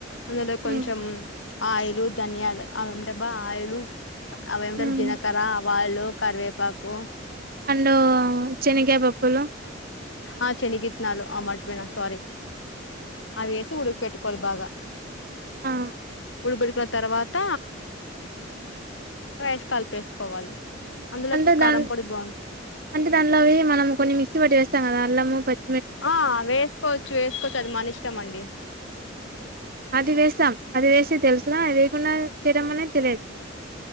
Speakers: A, on the left (about 80°); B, on the right (about 50°).
A: అందులో కొంచం
B: ఉమ్
A: ఆయిలు ధనియాలు అవేం అబ్బా ఆయిలు అవి ఏంటారు
B: ఉమ్
A: జిలకర్ర ఆవాలు కరివె పాకు
B: అండ్ శనగ పప్పులు
A: ఆ చెనిగిత్నాలు ఆ మర్చిపోయిన సారీ అవేసి ఉడుక పెట్టుకోవాలి బాగా
B: ఆ
A: ఉడకబెట్టుకున్న తర్వాత
B: హ
A: రైస్ కలిపేసుకోవాలి అందులోకి
B: అంటే దా
A: కారం పొడి బాగుంది
B: అంటే దానిలోవి మనం కొన్ని మిక్సీ పట్టి వేస్తాం కదా అల్లము పచ్చి
A: ఆ వేసుకోవచ్చు వేసుకోవచ్చు అది మన ఇష్టం అండి
B: ఆ అది వేస్తాం అది వేసే తెలుసుదా అది వేయకుండా చేయడం అనేది తెలియదు